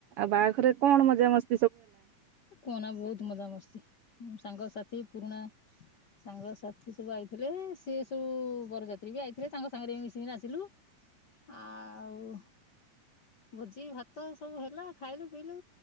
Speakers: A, on the right; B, on the left.
A: ଆଉ ବାହାଘରେ କଣ ମଜା ମସ୍ତି
B: କୁହନା ବହୁତ ମଜା ମସ୍ତି। ସାଙ୍ଗସାଥି ପୁରୁଣା ସାଙ୍ଗସାଥି ସବୁ ଆଇଥିଲେ ସେ ସବୁ ବରଯାତ୍ରୀ ବି ଆଇଥିଲେ ତାଙ୍କ ସାଙ୍ଗରେ ମିଶିକି ନାଚିଲୁ। ଆଉ ଭୋଜି ଭାତ ସବୁ ହେଲା ଖାଇଲୁ ପିଇଲୁ